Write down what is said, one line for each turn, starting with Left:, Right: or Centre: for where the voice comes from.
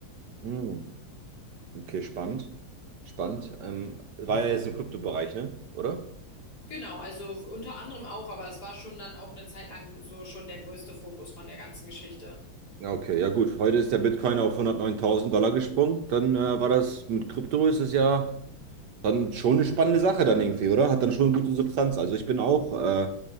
Right: Hm, okay, spannend. Spannend. Ähm, war ja jetzt im Kryptobereich, ne? Oder?
Left: Genau, also unter anderem auch, aber es war schon dann auch eine Zeit lang so schon der größte Fokus von der ganzen Geschichte.
Right: Ja, Okay, ja gut. Heute ist der Bitcoin auf hundertneuntausend Dollar gesprungen. Dann äh, war das mit Krypto ist es ja dann schon eine spannende Sache dann irgendwie, oder? Hat dann schon eine gute Substanz. Also ich bin auch äh,